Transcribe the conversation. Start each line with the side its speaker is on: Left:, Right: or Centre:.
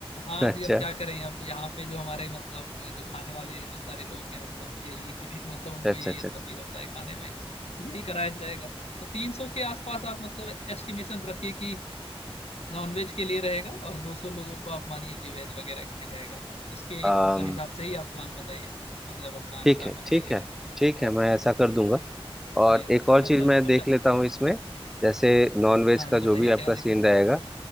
Left: हाँ
Centre: <laughs> अच्छा
Left: जी अब क्या करें अब यहाँ पे जो हमारे मतलब जो खाने वाले जो सारे लोग हैं वो सब यही <laughs> मतलब उनको
Centre: अच्छा
Left: यही
Centre: अच्छा
Left: अच्छा फील होता है खाने में तो यही कराया जाएगा तो तीन सौ के आसपास आप मतलब एस्टिमेशन रखिए कि नॉन वेज के लिए रहेगा और दो सौ लोगों को आप मानिए कि वेज वगैरह के लिए रहेगा तो इसके
Centre: अच्छा
Left: मतलब हिसाब से ही आप प्लान बताइए मतलब अपना हिसाब
Centre: ठीक है ठीक
Left: बनाइएगा
Centre: है ठीक है मैं ऐसा
Left: हाँ जी
Centre: कर दूंगा और
Left: ये है।
Centre: एक और चीज
Left: अच्छा
Centre: मैं
Left: अच्छा
Centre: देख लेता हूँ इसमें जैसे नॉन वेज
Left: हाँ
Centre: का
Left: जी बताइए
Centre: जो भी आपका
Left: क्या देखना
Centre: सीन रहेगा